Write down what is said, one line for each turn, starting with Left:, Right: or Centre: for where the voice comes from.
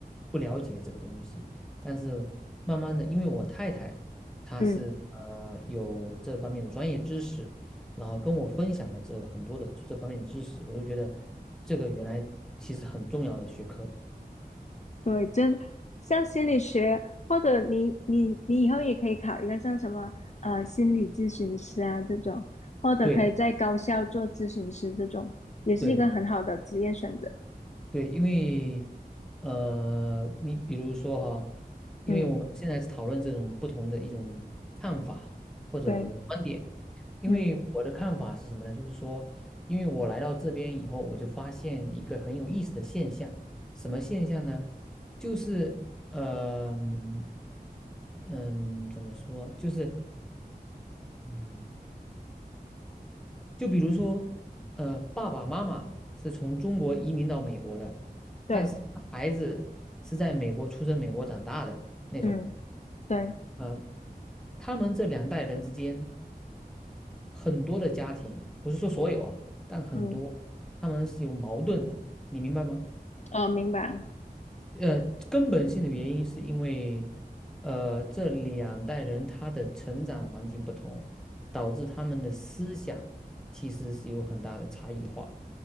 Centre: 不了解这个东西，但是慢慢的，因为我太太她是呃有这方面的专业知识，
Left: 嗯，
Centre: 然后跟我分享了这很多的这方面的知识，我就觉得这个原来其实很重要的学科。
Left: 对，真像心理学，或者你你你以后也可以考虑一个像什么呃心理咨询师啊这种，或者可以在高校做咨询师这种，
Centre: 对
Left: 也是一个很好的职业选择。
Centre: 对，对，因为呃，你比如说哈，因为我们现在是讨论这种不同的一种看法或者观点，
Left: 嗯，对，
Centre: 因为我的看法是什么呢？
Left: 嗯
Centre: 就是说，因为我来到这边以后，我就发现一个很有意思的现象，什么现象呢？就是呃，嗯，嗯怎么说？就是嗯。就比如说，呃，爸爸妈妈是从中国移民到美国的，
Left: 对，
Centre: 但是孩子是在美国出生、美国长大的那种。
Left: 嗯对，
Centre: 呃，他们这两代人之间，很多的家庭，不是说所有啊，但很多，
Left: 嗯，
Centre: 他们是有矛盾的，你明白吗？
Left: 哦，明白，
Centre: 呃，根本性的原因是因为，呃，这两代人他的成长环境不同，导致他们的思想其实是有很大的差异化。